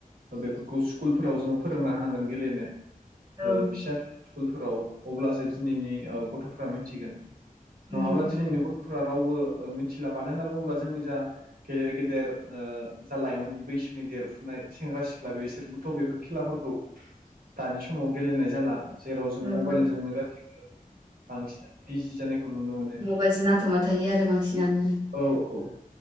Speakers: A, on the right; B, on the right.
A: बेफोरखौ स्कुलफोराव जों फोरोंना होनांगोन गेलेनो ओ
B: ओं
A: फिसा स्कुलफोराव अब्लासो दिनैनि ओ गथ'फोरा मिथिगोन।
B: उम
A: नङाब्ला दिनैनि गथ'फोरा रावबो मिथिला मानो होनना बुङोब्ला जोंनि जा। गेदेर गेदेर ओ जा लाइमोन बैसोनि देरफुनाय सेंग्रा सिख्ला बेसोरबोथ' बेफोर खेलाफोरखौ दानि समाव गेलेनाय जाला जेराव जों
B: ओहो
A: मबाइल जोंनो <unintelligible> बांसिन बिजि जानायखौ नुनो मोनो
B: मबाइलजो नांथाबना थायो आरो बांसिनानो
A: औ औ